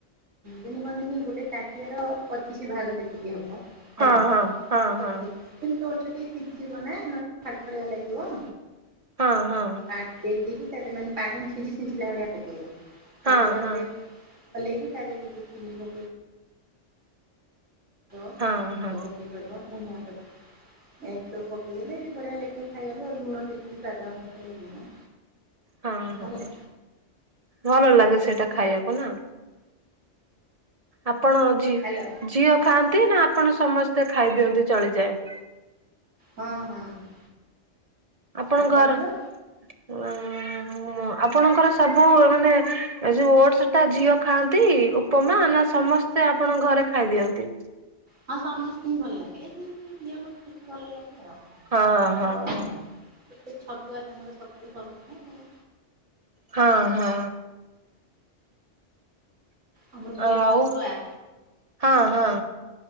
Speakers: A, on the right; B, on the right.
A: ଯେମି ଭନେନି ଗୋଟେ ଟଟିିଆର ପଚିଶି ଭାଗ ଯେତିକି ହବ।
B: ହଁ
A: ହେଲା
B: ହଁ ହଁ ହଁ
A: ଓକେ। କିନ୍ତୁ ସେ ଟିକେ ସିଝିଯବ ନା ନହେଲେ ଫାଡ୍ ଫଡ଼ିଆ ଲାଗିବ।
B: ହଁ ହଁ।
A: ଆଡ୍ ଦେଇ ଦେଇକି ତାପରେ ମାନେ ଟିକେ ପାଣି ଛିଞ୍ଚି ଛିଞ୍ଚିଳା ଭଳିଆ ପକେଇବ
B: ହଁ
A: ତାକୁ ତାପରେ
B: ହଁ ହଁ
A: ହଲେଇକି ତାଦିହରେ ଟିକେ ଚିନି ପକେଇ ବ ରୋଷେଇ
B: ହଁ ହଁ
A: କରିବ ଧନିଆ ପତ୍ ଏ ସବୁ ପକେଇଲେ ବଢ଼ିଆ ଲାଗିବ ଖାଇବାକୁ ଆଉ ଲୁଣ ଟିକେ ସ୍ବାଦ ଅନୁ ତାପରେ ଲୁଣ
B: ହଁ ହଁ
A: ଭଲ
B: ଭଲ ଲାଗେ ସେଇଟା ଖାଇବାକୁ ନା। ଆପଣ ଝିଅ
A: ହ୍ୟାଲୋ
B: ଝିଅ ଖାଆନ୍ତି ନା ଆପଣ ସମସ୍ତେ ଖାଇଦିଅନ୍ତି ଚଳିଯାଏ।
A: ହଁ ହଁ ହଁ
B: ଆପଣଙ୍କ
A: ଆଉ
B: ଘର
A: ତମର?
B: ହୁଁ ଆପଣଙ୍କର ସବୁ ମାନେ ଯୋଉ ଓଟସ ଟା ଝିଅ ଖାଆନ୍ତି ଉପମା ନା ସମସ୍ତ ସେ ଆପଣଙ୍କ ଘରେ ଖାଇ ଦିଅନ୍ତି।
A: ହଁ ସମସ୍ତି ଙ୍କୁ ଭଲ ଲାଗେ କିନ୍ତୁ ଝିଅକୁ ଟିକେ ବେଶୀ ଭଲ ଲାଗେ ଆଉ।
B: ହଁ
A: <unintelligible>
B: ହଁ
A: ଛତୁଆ ତାଙ୍କର ସକାଳୁ କରୁଚି ନ ଆଉ
B: ହଁ ହଁ।
A: ଆମର ହୁଏ
B: ଆଉ
A: ଛତୁଆ
B: ହଁ ହଁ।